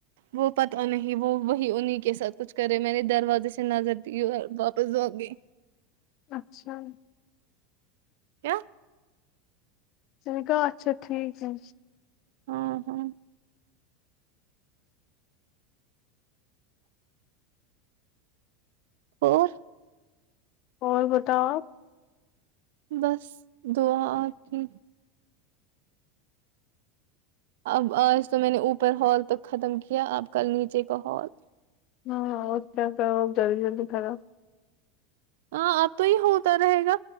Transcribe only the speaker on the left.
اچھا
میں نے کہا اچھا ٹھیک ہے
اور بتاؤ آپ
ہاں ہوتا سب جلدی جلدی کرو